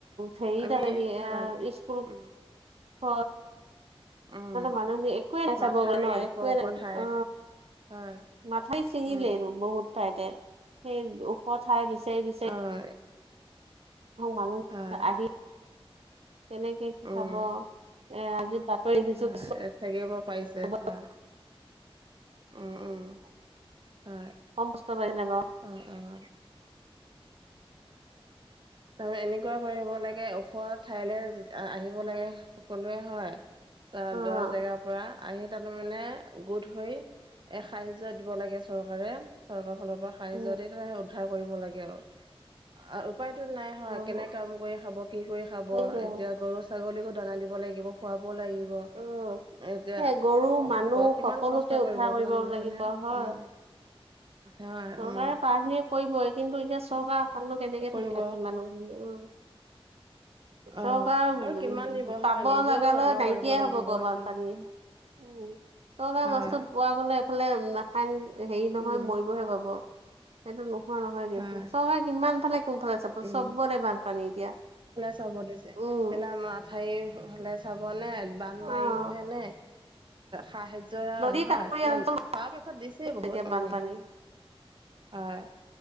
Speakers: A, on the right (about 80°); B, on the right (about 50°).
A: হেৰিত
B: আমি
A: দেখি
B: হয়
A: স্কুল
B: উম
A: হ।
B: উম
A: মানুহখিনি একোৱে নাই
B: মাথাউৰি
A: চাব গৈ ন
B: ওখ
A: একোৱে
B: ওখ
A: নাই
B: ঠাইত
A: অ
B: হয়
A: মথাউৰি চিঙিলে
B: উম
A: নো বহুত ঠাইতে সেই ওখ ঠাই বিচাৰি বিচাৰি।
B: হয়
A: মানুহ
B: হয়
A: আহি তেনে। কেক
B: উম
A: খাব এ আজি বাতৰি আহিছোঁ
B: হয়
A: চ
B: থাকিব পাৰিছে হয় উম উম। হয়
A: কম কষ্ট পাইছেনে বাও?
B: উম উম তাপিছত এনেকুৱা কৰিব লাগে ওখ ঠাইলৈ আহিব লাগে সকলোৱে হয়। তাৰ
A: অ',
B: দশ জেগাৰ পৰা আহি তাতে মানে গোট হৈ। এ সাহায্য দিব লাগে চৰকাৰে, চৰকাৰৰ ফালৰ পৰা সাহায্য
A: উম,
B: দি তে উদ্ধাৰ কৰিব লাগে আৰু। আৰু উপায়তো নাই। হয়
A: অ',
B: কেনে কাম কৰি খাব কি কৰি খাব
A: সেইটোৱে
B: এতিয়া গৰু ছাগলীকো দানা দিব লাগিব খুৱাব লাগিব। ব।
A: অ',
B: এতিয়া
A: সেই গৰু, মানুহ
B: কিমান
A: সকলোকে
B: কষ্ট
A: উদ্ধাৰ
B: কৰিব কিমান দিব
A: লাগিব
B: হয়নে
A: হয়।
B: উম। হয়
A: চৰকাৰে
B: উম
A: পাৰাখিনি কৰিবই, কিন্তু এতিয়া চৰকাৰৰ আশাত নো কেনেকে
B: কৰিব
A: থাকে বাকী মানুহখিনি ঐ। <inaudible> চৰকাৰ
B: অ আৰু কিমান দিব
A: পাব
B: হয় নিজেও
A: লাগালৈ
B: যত্ন
A: নাইকিয়াই
B: কৰিব লাগিব
A: হব গৈ
B: এইটো
A: বানপানী। উম চৰকাৰৰ
B: হয়
A: বস্তু পোৱা এইফালে ৰাখায়ন হেৰি নহয়
B: উম
A: মৰিবহে পাব। সেইটো নোহোৱা নহয় কিন্তু,
B: হয়
A: চৰকাৰে কিমান ফালে কোনফালে চাব
B: উম
A: চবতে বানপানী এতিয়া।
B: চাব দিছে।
A: উম,
B: পেলা চাৰিও ফালে চাব নে, বান্ধ
A: অ',
B: মাৰিবহে নে, সাহায্য। জয়
A: নদীৰ কাষৰীয়া
B: হয় ন'
A: অঞ্চল
B: পৰাপক্ষত দিছেই বহুত
A: এতিয়া বানপানী
B: হয়।